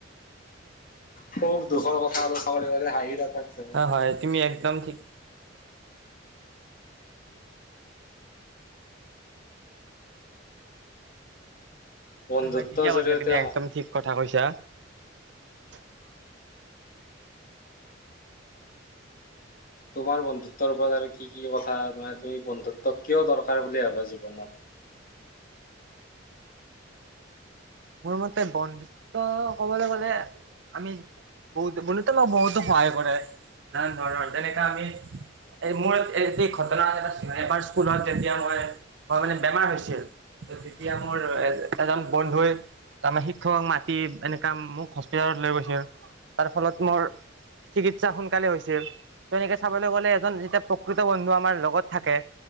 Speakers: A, on the left; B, on the right.
A: সুখ দুখৰ কথা আৰু চাবলে গ'লে হাঁহি ঠাট্টা কৰিব পাৰি।
B: হয় হয় তুমি এক কদম ঠিক
A: বন্ধুত্বৰ
B: হয় হয় ঠিকে কৈছা
A: জৰিয়তে
B: তুমি একদম ঠিক কথা কৈছা <unintelligible>
A: তোমাৰ বন্ধুত্বৰ ওপৰত আৰু কি-কি কথা আৰু তুমি বন্ধুত্ব কিয় দৰকাৰ বুলি ভাবা জীৱনত।
B: মোৰ মতে বন্ধুত্ব ক'বলৈ গ'লে আমি বহুত বুলিটো নকও যে সহায় কৰে নানান ধৰণৰ যেনেকা আমি মোৰ এই ঘটনা এটা এবাৰ স্কুলত যেতিয়া মই মানে বেমাৰ হৈছিল, তেতিয়া মোৰ এ এজন বন্ধুৱে তাৰমানে শিক্ষকক মাতি এনেকা মোক হস্পিতালত লৈ গৈছিল, তাৰ ফলত মোৰ চিকিৎসা সোনকালে হৈছিল এনেকে চাবলৈ গ'লে এজন যেতিয়া প্ৰকৃত বন্ধু আমাৰ লগত থাকে